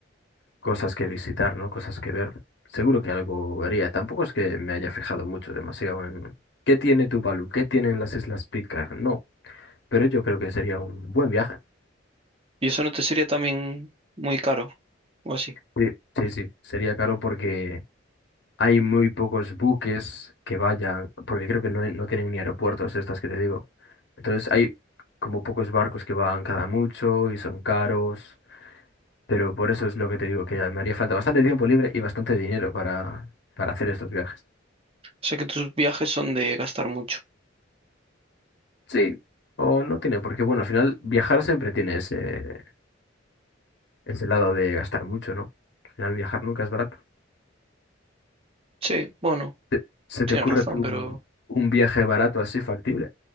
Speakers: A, on the left; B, on the right.
A: cosas que visitar, ¿no? Cosas que ver. Seguro que algo vería. Tampoco es que me haya fijado mucho, demasiado en qué tiene Tuvalu, qué tienen las Islas Pitcairn. No, pero yo creo que sería un buen viaje.
B: ¿Y eso no te sería también muy caro o así?
A: Sí, sí, sí. Sería caro porque Hay muy pocos buques que vayan, porque creo que no, hay- no tienen ni aeropuertos estas que te digo. Entonces hay como pocos barcos que van cada mucho y son caros, pero por eso es lo que te digo, que me haría falta bastante tiempo libre y bastante dinero para, para hacer estos viajes.
B: O sea que tus viajes son de gastar mucho.
A: Sí, o no tiene, porque bueno, al final viajar siempre tiene ese, ese lado de gastar mucho, ¿no? Al final viajar nunca es barato.
B: Sí, bueno.
A: ¿Te- ¿Se
B: Tienes
A: te ocurre
B: razón,
A: a ti un,
B: pero...
A: un viaje barato así factible?